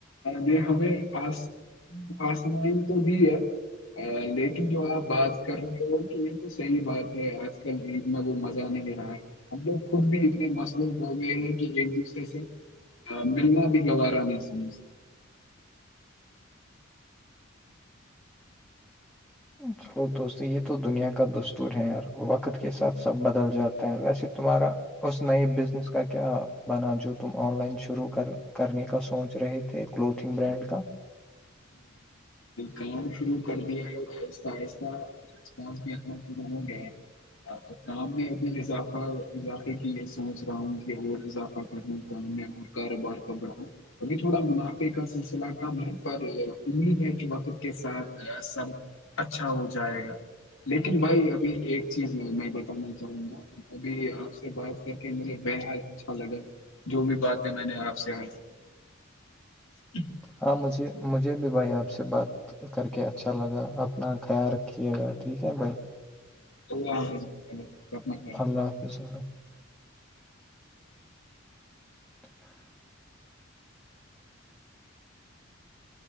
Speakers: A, on the left; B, in the centre.
A: نے ہمیں پاس آسمانی تو بھی ہے لیکن جو آپ بات کر رہے ہو کہ یہ تو صحیح بات ہے آج کل اتنا وہ مزہ نہیں رہا ہم لوگ خود بھی اتنے مصروف ہو گئے ہیں کہ ایک دوسرے سے ہ ملنا بھی گوارا میں سمجھ
B: چلو دوست یہ تو دنیا کا دستور ہیں یار وقت کے ساتھ سب بدل جاتا ہے ویسے تمہارا اس نئے بزنس کا کیا بنا جو تم آن لائن شروع کر کرنے کا سوچ رہے تھے کلوتھنگ برانڈ کا
A: کام شروع کر دیا ایہستہ ایہستہ بھی ہو گےام بھی <unintelligible> اضافہ اضافے کی یہ سوچ رہا ہوں کہ اور اضافہ کرنے کام میں اور کاروبار بڑاؤ ابھی تھوڑا منافع کا سلسلہ کم ہے پر امید ہے کہ وقت کے ساتھ سب اچھا ہو جائے گا لیکن بھائی ابھی ایک چیز ہے میں بتانا چاہوں گا ابھی آپ سے بات کر مجھے بےحد اچھا لگا جو بھی بات ہے میں نے آپ سے ہر ہ <unintelligible>
B: ہاں مجھے مجھے بھی بھائی آپ سے بات کر کے اچھا لگا اپنا خیال رکھیے گا ٹھیک ہے بھائی
A: تو <unintelligible>
B: اللہ حافظ اللہ <inaudible>